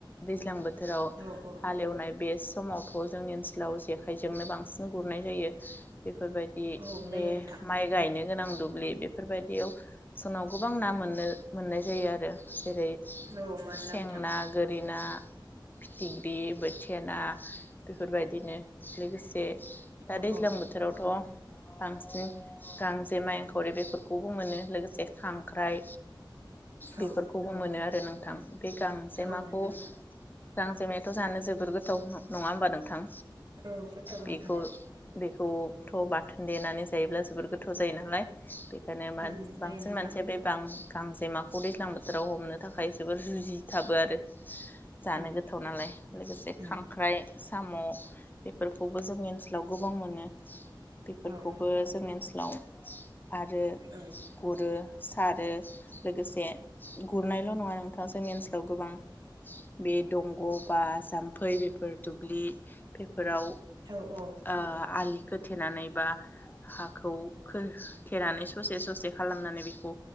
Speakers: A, on the left (about 25°); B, on the right (about 40°).
A: दैज्लां बो थोराव
B: औ
A: हालेवनाय बेस समावथ' जोंनि ओनसोलाव जेखाइजोंनो बांसिन गुरनाय जायो बेफोरबायदि
B: औ जायो
A: बे
B: नोंथां
A: माइ गायनो गोनां दुब्लि बे बेफोरबायदियाव जोंनाव गोबां ना मोननो मोननाय जायो आरो जेरै
B: औ मोनो
A: सें
B: नोंथां
A: ना, गोरि ना फिथिख्रि, बोथिया ना बेफोरबायदिनो लोगोसे दा
B: औ
A: दैज्लां
B: औ
A: बोथोरावथ' बांसिन गांजेमा, इंखावरि बेफोरखौबो मोनो लोगोसे खांख्राइ
B: औ
A: बेफोरखौबो मोनो आर रो नोंथां। बे गांजेमाखौ
B: औ मोनो नोंथां
A: गांजेमायाथ' जानो जोबोर गोथाव नङा होमबा नोंथां?
B: औ गोथाव
A: बेखौ
B: नोंथां।
A: बेखौथ' बाथोन देनानै जायोब्ला जोबोर गोथाव जायो नालाय बे <unintelligible>
B: उम जायो
A: बांसिन
B: नोंथां
A: मानसिया बे गां गांजेमाखौ दैज्लां बोथोराव हमनो थाखाय जोबोर जुजिथाबो आरो जानो
B: उम
A: गोथाव नालाय लोगोसे
B: उम
A: खां ख्राय, साम' बेफोरखौबो जोंनि ओनसोलाव गोबां मोनो। बेफोरखौबो
B: औ औ
A: जोंनि ओनसोल लाव आरो
B: औ
A: गुरो सारो लोगोसे गुरनायल' नङा नोंथाङा जोंनि ओनसोलाव गोबां बे दंग' बा जाम्फै बेफोर फोर दुब्लि बे फोराव
B: औ औ
A: ओ आलि खोथेनानै बा हाखौ खोथेनानै स'से स'से खालामनानै बिखौ